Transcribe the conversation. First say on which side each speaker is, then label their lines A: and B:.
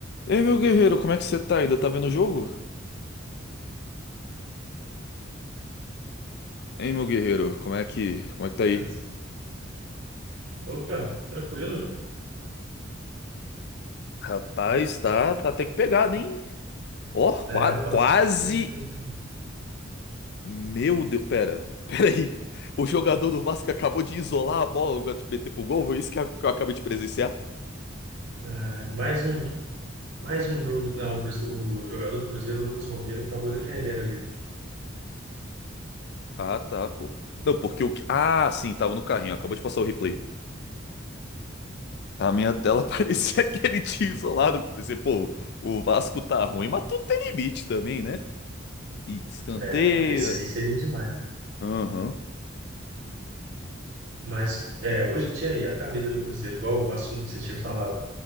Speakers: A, on the left; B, on the right.
A: Ei, meu guerreiro, como é que você tá? Ainda tá vendo o jogo? Ei, meu guerreiro, como é que, como é que tá aí?
B: Mas, Opa, tranquilo.
A: Rapaz, tá, tá até que pegado, hein? Ó, qua-
B: É, o
A: quase.
B: Vasco fez mais um,
A: Meu Deus, pera, <laughs> pera aí. O jogador do Vasco acabou de isolar a bola, agora de meter pro gol, foi isso que eu que eu acabei de presenciar?
B: é, mais um, mais um jogo. Não, o Cruze- o jogador do Cruzeiro, o Lucas Romero, acabou defendendo ali.
A: Ah, tá, pô. Não, porque o que. Ah, sim, tava no carrinho, acabou de passar o replay. A minha tela <laughs> parecia que ele tinha isolado. Pensei, pô, o Vasco tá ruim, mas tudo tem limite também, né? E escanteio.
B: É, não, esse aí seria demais. né?
A: Aham.
B: Mas, é, hoje em dia aí, a camisa do Cruzeiro, igual o assunto que você tinha falado.